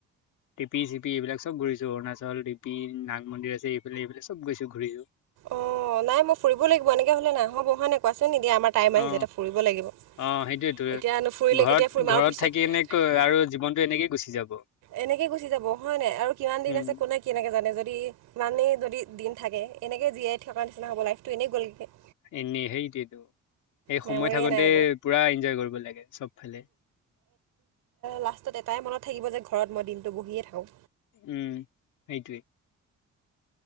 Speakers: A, on the left (about 80°); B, on the right (about 90°).
A: টিপি চিপি এইবিলাক চব ঘূৰিছো, অৰুণাচল টিপি নাগ মন্দিৰ আছে এইফালে এইফালে চব গৈছো ঘূৰিছো। <unintelligible>
B: অ' নাই মই ফুৰিব লাগিব এনেকে হলে নাই <unintelligible> নিদিয়ে আমাৰ টাইম আহিছে
A: অ
B: এতিয়া ফুৰিব লাগিব।
A: অ সেইটোয়েতো
B: এতিয়া নুফুৰিলে
A: ঘৰত
B: কেতিয়া ফুৰিম
A: ঘৰত
B: আৰু পিছত
A: থাকি এনেকৈ আৰু জীৱনতটো এনেকে গুচি যাব।
B: এনেকে গুচি যাব হয় নাই আৰু কিমান দিন
A: উম
B: আছে কোনে কেনেকে জানে যদি ইমান মনে যদি দিন থাকে এনেকে জীয়াই থকাৰ নিচিনা হ'ব লাইফটো এনেই গলগে।
A: এনে সেইটোৱেটো। সেই
B: মেমৰিয়ে
A: সময় থাকোতে
B: নাই
A: পুৰা এনজয় কৰিব লাগে চবফালে।
B: লাষ্টত এটাই মনত থাকিব যে ঘৰত মই দিনটো বহিয়ে থাকো।
A: উম, সেইটোৱে।